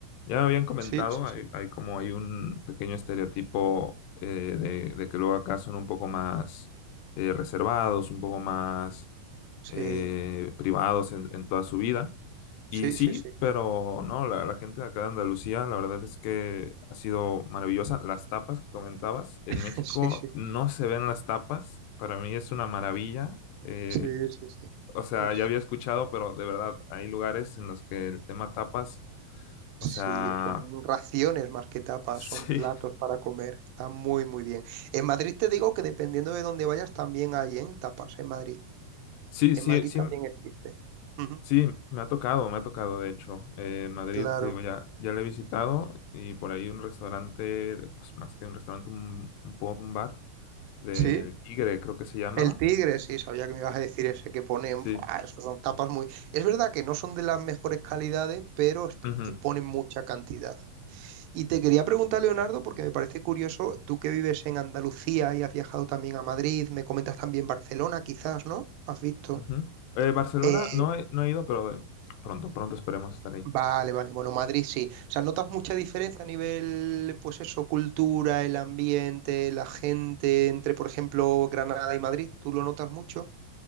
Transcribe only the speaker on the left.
Ya me habían comentado,
hay,
hay como hay un pequeño estereotipo eh, de, de que luego acá son un poco más eh, reservados, un poco más
eh, privados en, en toda su vida, y
sí,
pero no, la, la gente de acá de Andalucía, la verdad es que ha sido maravillosa. Las tapas que comentabas, en
México
no se ven las tapas, para mí es una maravilla. Eh,
o sea,
ya había escuchado, pero de verdad, hay lugares en los que el tema tapas, o
sea,
<laughs>
sí,
sí,
sí,
sí,
sí, me ha tocado, me ha tocado, de hecho. Eh, en Madrid,
te digo, ya, ya le he visitado y por ahí un restaurante, pues más que un restaurante, un, un pub, un bar del
Tigre, creo que se llamaba.
Sí.
Ujú,
ujú. Eh, Barcelona
no he, no he ido, pero pronto, pronto esperemos estar ahí.